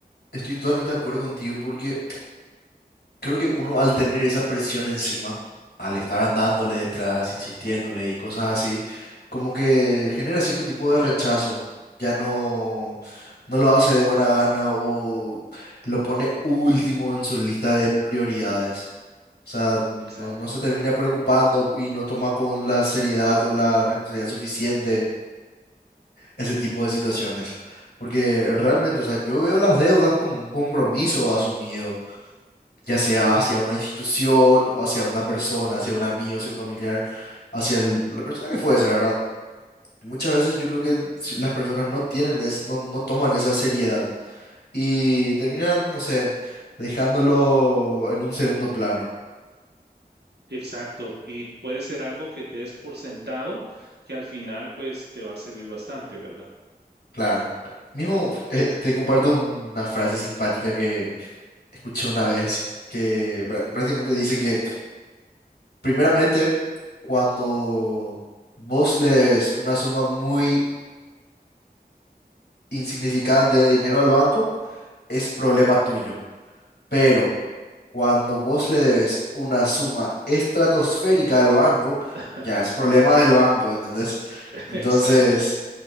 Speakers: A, on the left; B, on the right.
A: estoy totalmente de acuerdo contigo porque creo que uno al tener esa presión encima, al estar andándole detrás, insistiéndole y cosas así, como que genera cierto tipo de rechazo. Ya no, no lo hace de buena gana o lo pone último en su lista de prioridades. O sea, no,
B: Exacto.
A: no se termina preocupando y no toma con la seriedad o la responsabilidad suficiente ese tipo de situaciones. Porque realmente, o sea, yo veo las deudas como un compromiso asumido, ya sea hacia una institución o hacia una persona, hacia un amigo, hacia un familiar, hacia el- la persona que fuese, ¿verdad? Muchas veces yo creo que el- si las personas no tienen, es- no, no toman esa seriedad y terminan, no sé, dejándolo en un segundo plano.
B: Exacto, y puede ser algo que te des por sentado, que al final pues te va a servir bastante, ¿verdad?
A: Claro. Mismo, eh, te comparto una frase simpática que escuché una vez, que prá- prácticamente dice que, primeramente, cuando vos le debes una suma muy insignificante de dinero al banco, es problema tuyo. Pero cuando vos le debes una suma estratosférica al banco,
B: <laughs>
A: ya es problema del banco, ¿entendés? Entonces,
B: Exacto,